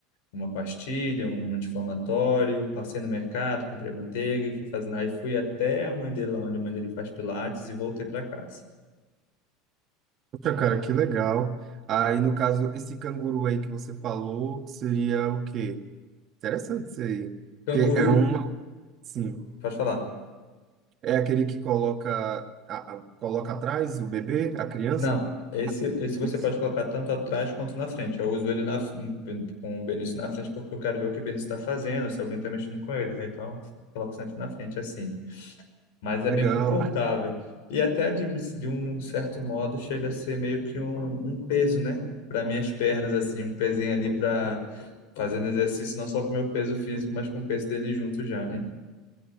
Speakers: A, on the left; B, on the right.
A: uma pastilha, um anti-inflamatório, passei no mercado, comprei manteiga e fui fazendo. Aí fui até a mãe dele lá, onde a mãe dele faz Pilates e voltei para casa.
B: Poxa, cara, que legal. Aí, no caso, esse canguru aí que você falou seria o quê? Interessante isso aí.
A: Canguru,
B: Porque é uma. Sim.
A: pode falar.
B: É aquele que coloca, a- a- coloca atrás o bebê, a criança?
A: Não, esse, esse você
B: Isso.
A: pode colocar tanto atrás quanto na frente. Eu uso ele na, com o Benício na frente porque eu quero ver o que o Benício está fazendo, se alguém está mexendo com ele, né? Então, eu coloco sempre na frente assim. Mas é
B: Legal.
A: bem confortável. E até de, de um certo modo chega a ser meio que um, um peso, né? Para minhas pernas, assim, um pezinho ali para fazendo exercício, não só com o meu peso físico, mas com o peso dele junto já, né?